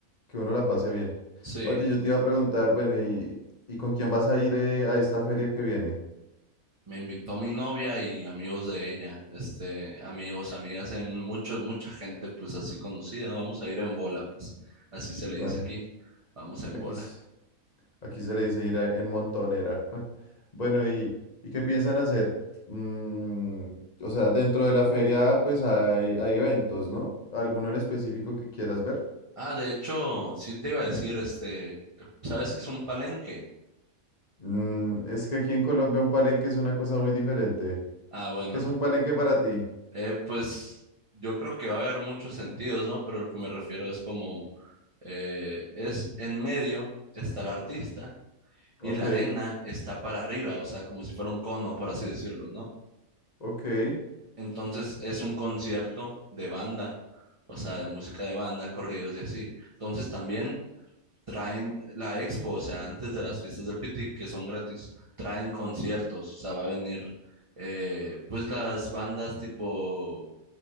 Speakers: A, on the left (about 30°); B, on the right (about 25°).
A: que uno la pase bien.
B: Sí,
A: Oye, yo te iba a preguntar, bueno, ¿y, y con quién vas a ir eh, a esta feria que viene?
B: me invitó mi novia y amigos de ella, este, amigos, amigas, en mucho, mucha gente, pues así conocida. Vamos a ir en bola, pues así se le
A: Bueno,
B: dice aquí. Vamos en
A: aquí,
B: bola.
A: s- aquí se le dice ir a- en montonera. <laughs> Bueno, ¿y, y qué piensan hacer? Mm, o sea, dentro de la feria pues hay, hay eventos, ¿no? ¿Alguno en específico que quieras ver?
B: Ah, de hecho, sí te iba a decir, este, ¿sabes qué es un palenque?
A: Mm, es que aquí en Colombia un palenque es una cosa muy diferente.
B: Ah, bueno,
A: ¿Qué es un palenque para ti?
B: eh, pues yo creo que va a haber muchos sentidos, ¿no? Pero lo que me refiero es como, eh, es en medio está el artista
A: Ok,
B: y la arena está para arriba, o sea, como si fuera un cono, por así decirlo, ¿no?
A: ok,
B: Entonces es un concierto de banda, o sea, de música de banda, corridos y así. Entonces también traen la expo, o sea, antes de las fiestas del Piti, que son gratis, traen conciertos, o sea, va a venir, eh, pues las bandas tipo,